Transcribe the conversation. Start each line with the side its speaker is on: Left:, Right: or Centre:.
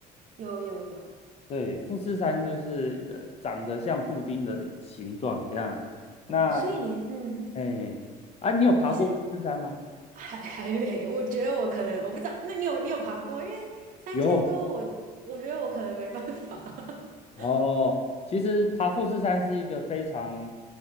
Right: 有有有
Left: 对，富士山就是呃长得像布丁的形状这样。
Right: 哦，
Left: 那，
Right: 所以你嗯，
Left: 哎，啊，你有爬过富士山吗？
Right: 你是还还没 <laughs>？我觉得我可能我不知道，那你有你有爬过吗？因为三千多我，
Left: 有
Right: 我觉得我可能没办法。<laughs>
Left: 哦，其实爬富士山是一个非常